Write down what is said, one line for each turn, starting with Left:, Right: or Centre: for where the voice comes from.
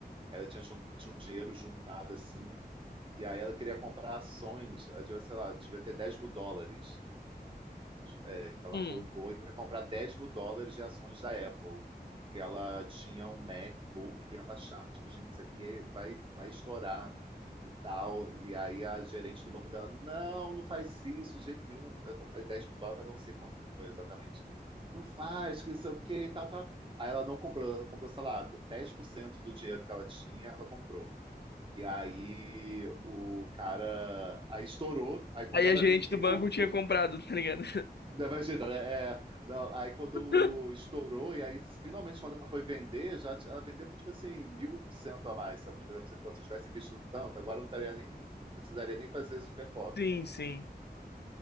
Right: ela tinha, jun- tinha um dinheiro juntado, assim, e aí ela queria comprar ações, ela devia, sei lá, devia ter 10 mil dólares, mil dólares é, que ela
Left: Hum.
Right: poupou e queria comprar dez mil dólares de ações da Apple, porque ela tinha um MacBook e ela achava, tipo, gente, isso aqui vai, vai estourar e tal. E aí a gerente do banco dela, não, não faz isso de jeito nenhum. Eu tô falei dez mil dólares, mas eu não sei quanto que foi exatamente. Não faz, que isso é o quê e tal, tal. Aí ela não comprou, ela comprou, sei lá, 10% do dinheiro que ela tinha, ela comprou. E aí o cara aí estourou. Aí quando
Left: Aí
Right: ela
Left: a gerente
Right: vendeu,
Left: do banco tinha
Right: foi-
Left: comprado, tá ligado?
Right: não, Imagina, né? É, não, aí quando
Left: <laughs>
Right: estourou, e aí finalmente quando ela foi vender, já t- ela vendeu por tipo assim, mil por cento a mais, sabe? Tipo, se, pô, se eu tivesse visto tanto, agora eu não estaria nem, não precisaria nem fazer super pop.
Left: Sim, sim.